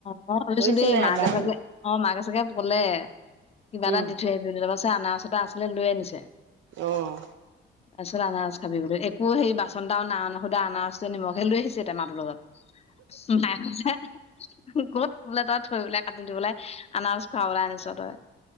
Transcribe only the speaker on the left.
মই ভাবিছো
দেই মাকে
চাগে অ মাকে চাগে কলে কিবা এটা
দি থৈ আহছিলো তাপা আনাৰচ এটা আছিলে লৈ আনিছে।
তাৰপিছত আনাৰচ খাবি বোলোঁ, একো সেই বাচন এটা নাই অনা আনাৰসটো, নিমখে লৈ আহিছে, টেমাটোৰ লগত। <unintelligible> ক'ত বোলে তই থৈ পেলাই কাটি দি পেলাই আনাৰস খুৱাবলৈ আনিছ তই।